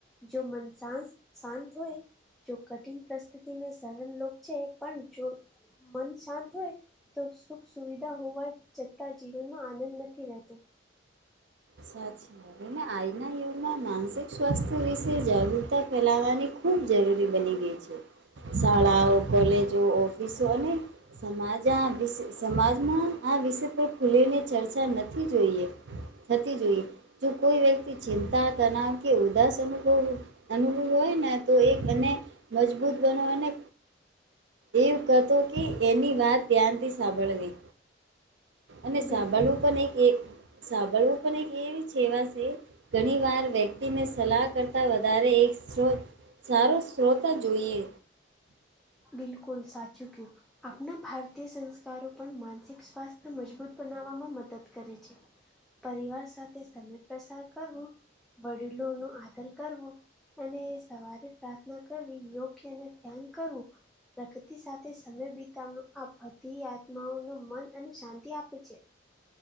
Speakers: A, in the centre; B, on the right.
A: જો મન શાંત -શાંત હોય. જો કઠિન પરિસ્થિતિને સરળ લોગ છે, પણ જો મન શાંત હોય. તો સુખ- સુવિધા હોવા છતાં જીવનમાં આનંદ નથી રહેતો.
B: સાચીને આજના યુગમાં માનસિક સ્વાસ્થ્ય વિશે જાગૃતતા ફેલાવવાની ખુબ, ખુબ જરૂરી બની ગઈ છે, શાળાઓ- કોલેજો ઓફિસો અને. સમાજ આ વિષ સમાજમાં આ વિષય પર ખુલીને ચર્ચા નથી જોઈએ. થતી જોઈએ. જો કોઈ વ્યક્તિ ચિંતા તનાવ કે ઉદાસ અનુભવ, અનુકુળ હોય એને, મજબૂત બનાવાને, એવું કહતો કે એની વાત ધ્યાનથી સાંભળવી. અને સાંભળવું
A: બિલકુલ
B: પણ એક એ, સાંભળવું પણ એક એવી છેવાશે, ઘણીવાર વ્યક્તિને સલાહ કરતા વધારે એક સોત, સારો શ્રોતા જોઈએ.
A: બિલકુલ. સાચું કહ્યું. આપના ભારતીય સંસ્કારો પણ માનસિક સ્વાસ્થ્ય મજબૂત બનાવવામાં મદદ કરે છે. પરિવાર સાથે સમય પ્રસાર કરવો. વડીલોનું આદર કરવો. અને સવારે પ્રાર્થના કરવી યોગ્ય અને ધ્યાન કરવું. પ્રગતિ સાથે સમય બિતાવણ આ બધી આત્માઓને મન અને શાંતિ આપે છે.